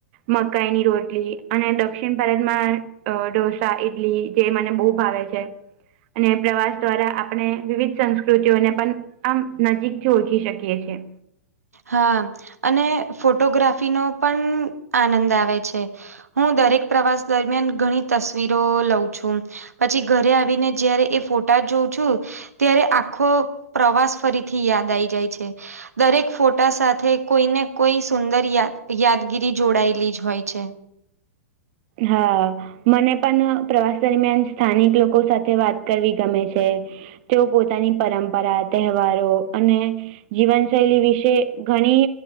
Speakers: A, on the right; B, on the right.
A: મકાઈની રોટલી અને દક્ષિણ ભારતમાં અ ઢોસા ઈડલી જે મને બહુ ભાવે છે. અને પ્રવાસ દ્વારા આપણે વિવિધ સંસ્કૃતિઓને પણ આમ નજીકથી ઓળખી શકીએ છીએ.
B: હા અને ફોટોગ્રાફીનો પણ આનંદ આવે છે. હું દરેક પ્રવાસ દરમિયાન ઘણી તસવીરો લઉં છું. પછી ઘરે આવીને જયારે એ ફોટા જોઉં છું. ત્યારે આખો પ્રવાસ ફરીથી યાદ આઈ જાય છે દરેક ફોટા સાથે કોઈ ને કોઈ સુંદર યાદ યાદગીરી જોડાયેલી જ હોય છે.
A: હા મને પણ પ્રવાસ દરમિયાન સ્થાનિક લોકો સાથે વાત કરવી ગમે છે. તેઓ પોતાની પરંપરા તહેવારો અને જીવનશૈલી વિશે ઘણી